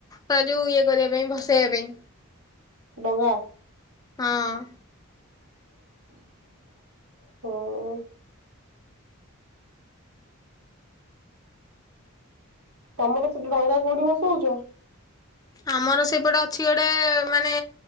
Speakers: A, on the left; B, on the right.
A: ତା ଯୋଉ ୟେ କରିବା ପାଇଁ ଭସେଇବା ପାଇଁ।
B: ଡବା।
A: ହଁ।
B: ହୁଁ। ତମର ସେଠି ଡଙ୍ଗା କୋଉଠି ଭସଉଛ?
A: ଆମର ସେପଟେ ଅଛି ଗୋଟେ ମାନେ